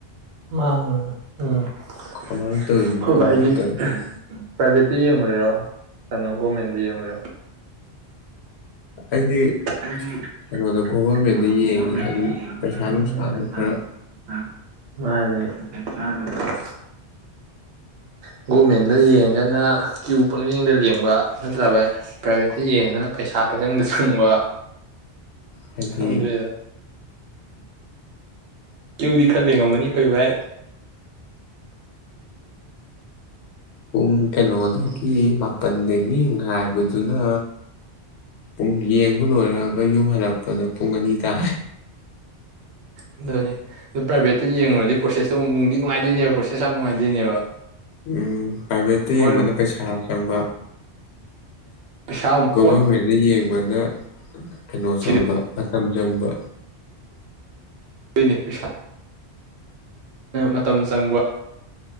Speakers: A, on the right (about 80°); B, on the left (about 75°).
A: ꯃꯥꯅꯦ ꯕꯥꯏ ꯎꯝ <inaudible>
B: ꯀꯃꯥꯏꯅ ꯇꯧꯔꯤꯅꯣ
A: ꯑꯈꫭꯏꯕꯖꯨ
B: ꯈꯪꯗꯦ ꯇꯧ
A: ꯄ꯭ꯔꯥꯏꯚꯦꯠꯇ ꯌꯦꯡꯉꯣꯏꯔꯥ ꯀꯩꯅꯣ ꯒꯣꯔꯃꯦꯟꯗ ꯌꯦꯡꯉꯣꯏꯔꫭ
B: ꯑꯩꯗꯤ
A: ꯑꯩꯗꯤ
B: ꯀꯩꯅꯣꯗ ꯒꯣꯚꯔꯃꯦꯟꯗ
A: ꯀꯩꯅꯣꯗ ꯒꯣꯚꯔꯃꯦꯟꯗ
B: ꯌꯦꯡꯉꯦ ꯍꯥꯏꯗꯤ
A: ꯌꯦꯡꯉꯦ
B: ꯄꯩꯁꯥ
A: ꯎꯝ
B: ꯅꯨꯡꯁꯥꯒ
A: ꯍꯥꯏꯗꯤ ꯄꯩꯁꯥ
B: ꯈꯔ
A: ꯅꯨꯡꯁꯥꯒ ꯈꯔ ꯃꯥꯅꯤꯅꯦ ꯅꯥꯇꯩ ꯆꯥꯗꯕꯗꯨꯗꯅ <unintelligible> ꯒꯣꯔꯃꯦꯟꯗ ꯌꯦꯡꯉꯒꯅ ꯀ꯭ꯌꯨ ꯄꯪꯖꯦꯡꯗ ꯂꯦꯡꯕ ꯅꯠꯇ꯭ꯔ ꯕꯥꯏ ꯄ꯭ꯔꯥꯏꯚꯦꯠꯇꯁꯤ ꯌꯦꯡꯉꯒꯅ ꯄꯩꯁꯥ ꯆ ꯆꯪꯗ ꯁꯪꯕ
B: ꯍꯥꯏꯗꯤ
A: ꯍꯪꯗ꯭ꯔꯦꯗ ꯀꯦꯨꯗꯤ ꯈꯜꯂꯦꯡꯉꯝꯃꯅꯤ ꯀꯩ ꯚꯥꯏ
B: ꯄꯨꯡ ꯀꯩꯅꯣꯗꯒꯤ
A: ꯎꯝ
B: ꯃꯥꯄꯟꯗꯒꯤ ꯉꯥꯏꯕ ꯑꯗꯨꯕꯗꯨꯅ ꯄꯨꯡ ꯌꯦꯡꯕ ꯂꯣꯏꯔꯛꯑꯒ ꯌꯨꯝ ꯍꯜꯂꯛꯄꯗ ꯄꯨꯡ ꯑꯅꯤ ꯇꯥ
A: ꯎꯝ ꯑꯗꯨꯅꯦ ꯑꯗꯨ ꯄ꯭ꯔꯥꯏꯚꯦꯠꯇ ꯌꯦꯡꯉꯨꯔꯗꯤ ꯄ꯭ꯔꯣꯁꯦꯁꯇꯣ ꯅꯨꯡꯗꯤ ꯅꯨꯡꯉꯥꯏꯗꯣꯏꯅꯦꯕ ꯄ꯭ꯔꯣꯁꯦꯁ ꯌꯥꯝ ꯅꯨꯡꯉꯥꯏꯗꯣꯏꯅꯦꯕ
B: ꯎꯝ ꯄ꯭ꯔꯥꯏꯚꯦꯠꯇ
A: ꯃꯣꯏꯅ
B: ꯌꯦꯡꯕꯅ
A: ꯑꯃꯨꯛ
B: ꯄꯩꯁꯥ ꯆꯪꯕ
A: ꯄꯩꯁꯥ ꯑꯃꯨꯛ
B: ꯣꯕꯔ ꯃꯦꯗꯤ ꯐꯪꯕꯅ ꯀꯩꯅꯣ
A: ꯀꯣꯠꯈꯤꯗꯣꯏꯅꯤ
B: ꯆꯪꯕ ꯃꯇꯝ ꯆꯪꯕ
A: ꯄꯅꯦ ꯄꯁꯥꯏ ꯃꯇꯝ ꯆꯪꯕ